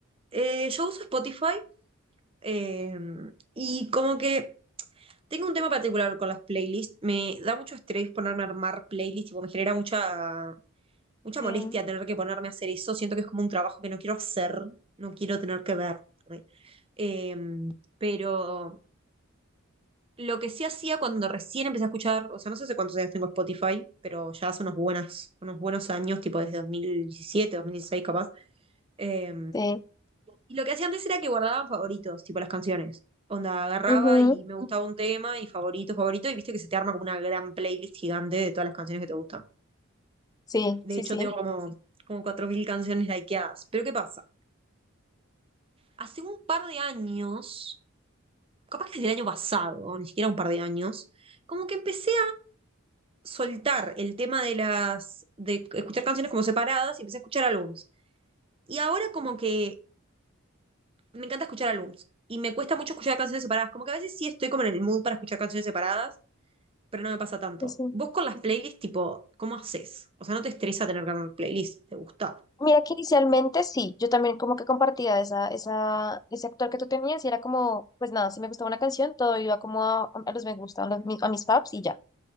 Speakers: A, on the right (about 25°); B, on the left (about 20°).
A: eh, yo uso Spotify eh, y como que tengo un tema particular con las playlists. Me da mucho estrés ponerme a armar playlists, tipo, me genera mucha, mucha
B: sí
A: molestia tener que ponerme a hacer eso. Siento que es como un trabajo que no quiero hacer, no quiero tener que ver. ¿eh? Em, pero Lo que sí hacía cuando recién empecé a escuchar, o sea, no sé hace cuántos años tengo Spotify, pero ya hace unos, buenas, unos buenos años, tipo desde 2017, 2016 capaz. eh,
B: Sí,
A: y lo que hacía antes era que guardaba favoritos, tipo las canciones. Onda, agarraba
B: ujú,
A: y me gustaba un tema y favorito, favorito, y viste que se te arma como una gran playlist gigante de todas las canciones que te gustan.
B: Sí,
A: De
B: sí,
A: hecho,
B: sí,
A: tengo como, como 4.000 canciones likeadas. Pero ¿qué pasa? Hace un par de años, capaz que desde el año pasado, ni siquiera un par de años, como que empecé soltar el tema de las, de escuchar canciones como separadas y empecé a escuchar álbums. Y ahora como que me encanta escuchar álbums y me cuesta mucho escuchar canciones separadas. Como que a veces sí estoy como en el mood para escuchar canciones separadas, pero no me pasa tanto.
B: sí, sí.
A: Vos con las playlists, tipo, ¿cómo haces? O sea, ¿no te estresa tener que armar playlist? ¿Te gusta?
B: Mira que inicialmente sí, yo también como que compartía esa, esa, ese actor que tú tenías y era como, pues nada, si me gustaba una canción, todo iba como a, a los me gustan, a, los- a mis faps y ya.